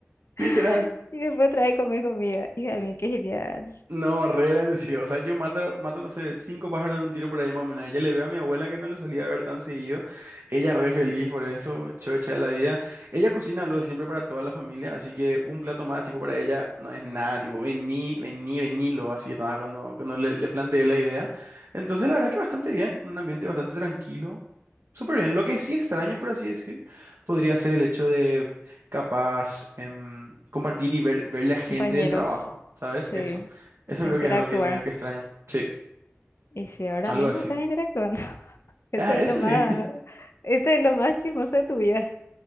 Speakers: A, on the right (about 65°); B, on the left (about 65°).
A: literal.
B: <laughs> Y después otra vez comer comida. Hija mía, qué genial.
A: No, re bendecido. O sea, yo mato, mato, no sé, cinco pájaros de un tiro por ahí más o menos. Ella le veo a mi abuela que no le solía ver tan seguido. Ella re feliz por eso, chocha de la vida. Ella cocina lo de siempre para toda la familia, así que un plato más, tipo, para ella no es nada, tipo, vení, vení, venilo, así estaba cuando, cuando le, le planteé la idea. Entonces, la verdad que bastante bien, en un ambiente bastante tranquilo. Súper bien. Lo que sí extraño, por así decir, podría ser el hecho de capaz em, compartir y ver, ver la gente
B: Compañeros,
A: del trabajo, ¿sabes?
B: sí,
A: Eso. Eso
B: es interactuar.
A: creo que es algo que medio que extraño. Sí,
B: Y si ahora
A: algo
B: mismo
A: así.
B: estás interactuando, <laughs> esto
A: Ah,
B: es
A: eso
B: lo más,
A: sí, <laughs>
B: esto es lo más chismoso de tu vida.